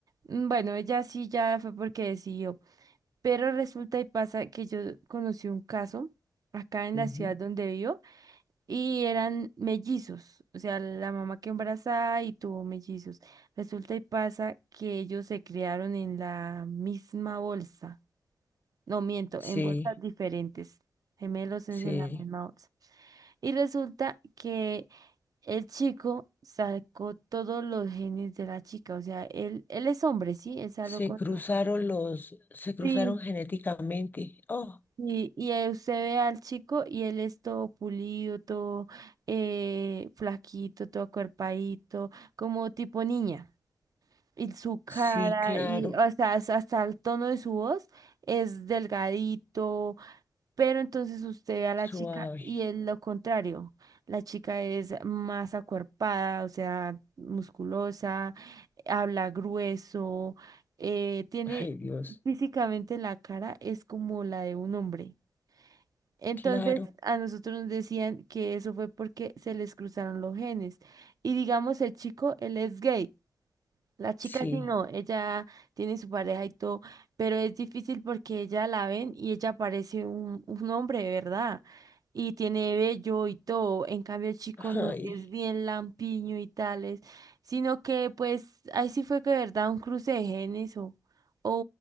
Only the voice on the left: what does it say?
Ujú.
Sí,
sí.
Se
cruzaron
los, se cruzaron
genéticamente. Oh,
sí, claro.
Suave.
Ay, Dios.
Claro.
Sí.
Ay,